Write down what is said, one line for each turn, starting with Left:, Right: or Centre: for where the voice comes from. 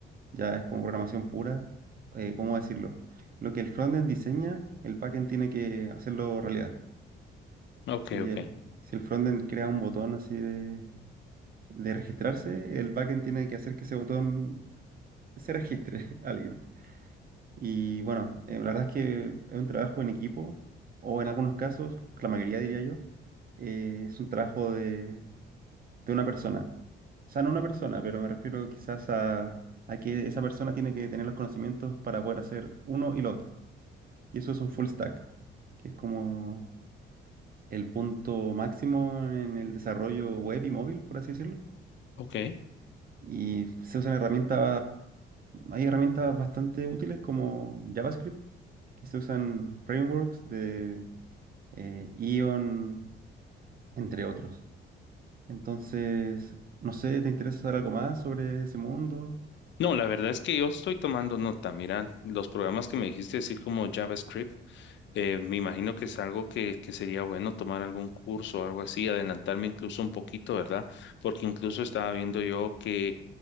Right: ya es como programación pura, eh, ¿cómo decirlo? Lo que el frontend diseña, el backend tiene que hacerlo realidad.
Left: ok,
Right: Si
Left: ok,
Right: el, si el frontend crea un botón así de, de registrarse, el backend tiene que hacer que ese botón se registre <laughs> a alguien. Y bueno, eh, la verdad es que es un trabajo en equipo, o en algunos casos, la mayoría diría yo, eh, es un trabajo de, de una persona. O sea, no una persona, pero me refiero quizás a, a que esa persona tiene que tener los conocimientos para poder hacer uno y lo otro. Y eso es un full stack, que es como el punto máximo en el desarrollo web y móvil, por así decirlo.
Left: ok.
Right: Y se usan herramientas, hay herramientas bastante útiles como JavaScript, que se usan frameworks de eh, Ion, entre otros. Entonces, no sé, ¿te interesa saber algo más sobre ese mundo?
Left: No, la verdad es que yo estoy tomando nota. Mira, los programas que me dijiste, así como JavaScript, eh, me imagino que es algo que, que sería bueno tomar algún curso o algo así, adelantarme incluso un poquito, ¿verdad? Porque incluso estaba viendo yo que